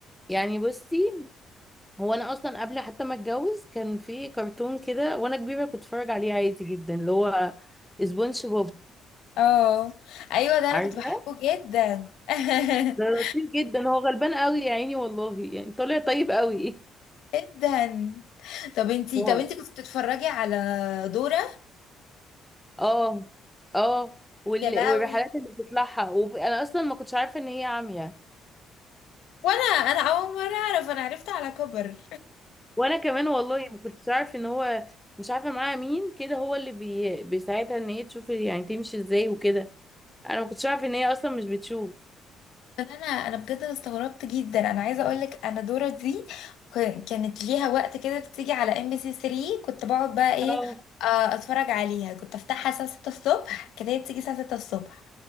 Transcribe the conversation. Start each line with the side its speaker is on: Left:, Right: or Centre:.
Centre: يعني بصي هو انا اصلا قبل حتى ما اتجوز كان في كرتون كده وانا كبيره كنت اتفرج عليه عادي جدا اللي هو سبونج بوب
Left: اه ايوه ده انا
Centre: عارفه
Left: كنت بحبه جدا <laughs>
Centre: ده لطيف جدا هو غلبان قوي يا عيني والله يعني طالع طيب قوي
Left: جدا طب انتي
Centre: هو
Left: طب انتي كنت بتتفرجي على دورة
Centre: اه اه وال...
Left: يا لهوي
Centre: والرحلات اللي بتطلعها وب... انا اصلا ما كنتش عارفه ان هي عمياء
Left: وانا انا اول مره اعرف انا عرفت على كبر
Centre: وانا كمان والله ما كنتش عارفه ان هو مش عارفه معاها مين كده هو اللي بي... بيساعدها ان هي تشوف يعني تمشي ازاي وكده انا ما كنتش عارفه ان هي اصلا مش بتشوف
Left: طب انا انا بجد أنا استغربت جدا انا عايزه اقول لك انا دورة دي ك- كانت ليها وقت كده بتيجي على ام بي سي 3 كنت بقعد بقى ايه
Centre: اه
Left: آه، اتفرج عليها كنت افتحها الساعه 6 الصبح كانت هي بتيجي الساعه 6 الصبح